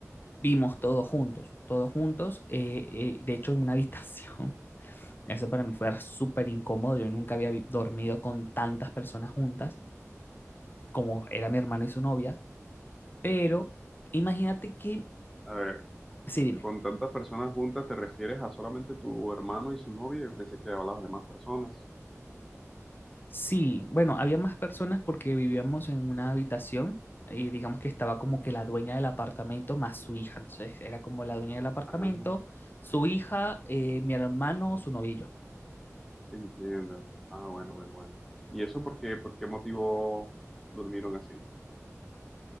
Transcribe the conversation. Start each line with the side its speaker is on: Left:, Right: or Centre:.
Left: Vimos todos juntos, todos juntos, eh, eh, de hecho en una <laughs> habitación. Eso para mí fue súper incómodo. Yo nunca había dormido con tantas personas juntas como era mi hermano y su novia. Pero imagínate que,
Centre: A ver,
Left: sí, dime.
Centre: con tantas personas juntas, ¿te refieres a solamente tu hermano y su novia? Yo pensé que hablabas de más personas.
Left: Sí, bueno, había más personas porque vivíamos en una habitación y digamos que estaba como que la dueña del apartamento más su hija. Entonces era como la dueña del apartamento,
Centre: Ah,
Left: su hija, eh, mi hermano, su novillo.
Centre: entiendo. Ah, bueno, bueno, bueno. ¿Y eso por qué, por qué motivo durmieron así?